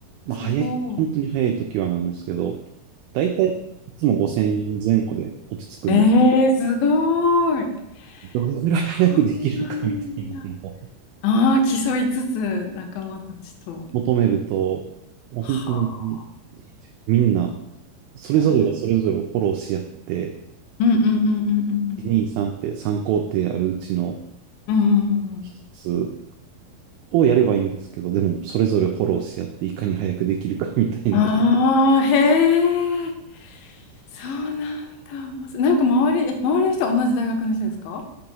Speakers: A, on the right; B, on the left.
A: まあ、
B: すご
A: 早い、本当に早い時はなんですけど、だいたいいつも5000円前後で落ち着くんです。
B: い。えー、すごい。
A: どれぐらい早くできるかみたいなのを
B: そうなんだ。ああ、競いつつ仲間たちと。
A: 求めると、もう本当に
B: は
A: みんな、それぞれがそれぞれをフォローし合って、
B: あ。うんうんうんう
A: 1、2、3って3工程あるうちの
B: んうんうん。うんうんうん
A: 一つをやればいいんですけど、でもそれぞれフォローし合って、いかに早くできるかみたいな。
B: ああ、へえ。そうなんだ。面白いなんか周り、え周りの人は同じ大学の人ですか